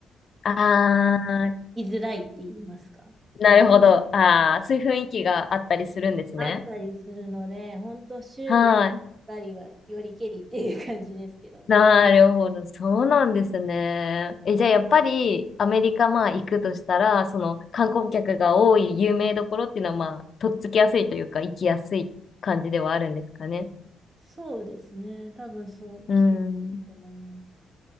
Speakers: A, on the left; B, on the right.
A: ああ、
B: な居づらいって言いますか。なんか
A: なるほど。ああ、そういう雰囲気があったりするんですね。
B: あったりするので、本当週に2りはよりけりっていう感じですけどね。
A: はい。なるほど。そうなんですね。え、じゃあやっぱりアメリカまあ行くとしたら、その観光客が多い有名どころっていうのはまあ、とっつきやすいというか、行きやすい感じではあるんですかね。
B: そうですね。多分そう、
A: うん。
B: そうだと思います。